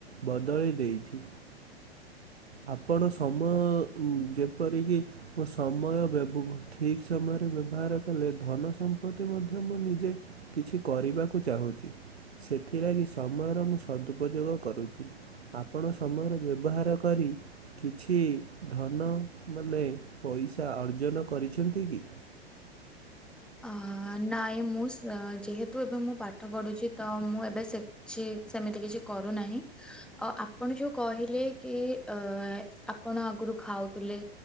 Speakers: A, on the right; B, in the centre.
A: ବଦଳି ଦେଇଛି। ଆପଣ ସମୟ ଯେପରିକି ମୋ ସମୟ ବ୍ୟବ ଠିକ୍ ସମୟରେ ବ୍ୟବହାର କଲେ ଧନ ସମ୍ପତ୍ତି ମଧ୍ୟ ମୁଁ ନିଜେ କିଛି କରିବାକୁ ଚାହୁଁଛି। ସେଥିଲାଗି ସମୟର ମୁଁ ସଦୁପଯୋଗ କରୁଛି। ଆପଣ ସମୟର ବ୍ୟବହାର କରି କିଛି ଧନ ମାନେ ପଇସା ଅର୍ଜନ କରିଛନ୍ତି କି?
B: ହ ନାଇଁ ମୁଁ ସେ ଯେହେତୁ ଏବେ ମୁଁ ପାଠ ପଢୁଛି ତ ମୁଁ ଏବେ ସେ ଛି ସେମିତି କିଛି କରୁନାହିଁ। ଅ ଆପଣ ଯୋଉ କହିଲେ କି, ଅ ଆପଣ ଆଗରୁ ଖାଉଥିଲେ